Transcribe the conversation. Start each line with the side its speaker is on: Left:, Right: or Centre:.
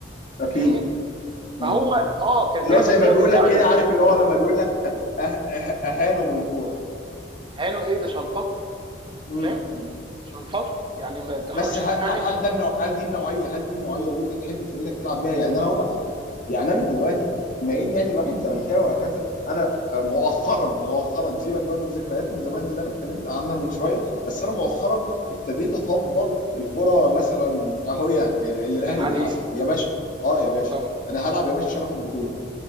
Left: اكيد
Right: فاهمني فهو
Left: مم.
Right: اه كان
Left: اللي
Right: ليها
Left: هو زي
Right: مزايا
Left: ما بيقول
Right: وكان لها
Left: لك
Right: عيوب
Left: كده عارف اللي هو لما بيقول لك أه أه اهانوا بالكوره
Right: هانوا ايه ده شلفطه
Left: مم.
Right: فاهم شلفطه يعني ما تحاولش
Left: بس ه-
Right: تقنعني
Left: ه- هل ده النوع... هل دي النوعيه هل دي النوعيه اللي انت تحب فرقتك تلعب بيها يعني انا هقول لك على حاجه يعني انا دلوقتي بما ان يعني الواحد زملكاوي وهكذا انا آه، مؤخرا مؤخرا سيبك بقى من ذكريات من زمان اللي انا اتكلمت عنها من شويه بس انا مؤخرا ابتديت افضل الكره مثلا اهو يعني آه، اللي الاهلي
Right: الحديث
Left: بيلعبها يا باشا اه يا باشا
Right: اه
Left: انا هلعب يا باشا عشان اخد بطوله